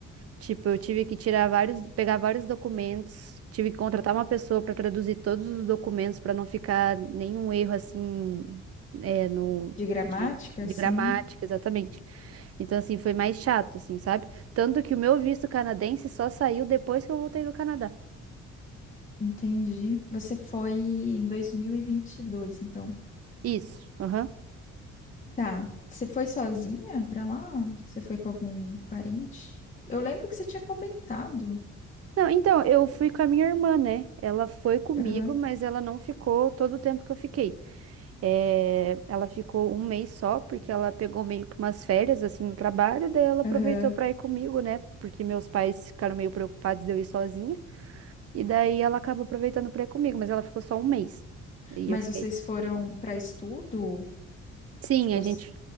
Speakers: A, on the right (about 50°); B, on the left (about 25°).
A: Tipo, eu tive que tirar vários, pegar vários documentos, tive que contratar uma pessoa para traduzir todos os documentos para não ficar nenhum erro assim, é, no
B: De gramática,
A: de, de
B: sim,
A: gramática, exatamente. Então, assim, foi mais chato, assim, sabe? Tanto que o meu visto canadense só saiu depois que eu voltei do Canadá.
B: entendi. Você foi em dois mil e e vinte e dois, então.
A: Isso, aham.
B: Tá. Você foi sozinha pra lá? Você foi com algum parente? Eu lembro que você tinha comentado.
A: Não, então, eu fui com a minha irmã, né? Ela foi comigo,
B: Aham,
A: mas ela não ficou todo o tempo que eu fiquei. É, ela ficou um mês só, porque ela pegou meio que umas férias, assim, no trabalho, daí ela aproveitou
B: aham.
A: pra ir comigo, né? Porque meus pais ficaram meio preocupados de eu ir sozinha, e daí ela acaba aproveitando pra ir comigo, mas ela ficou só um mês. E
B: Mas
A: eu fiquei.
B: vocês foram pra estudo?
A: Sim,
B: Tipo
A: a
B: assim.
A: gente,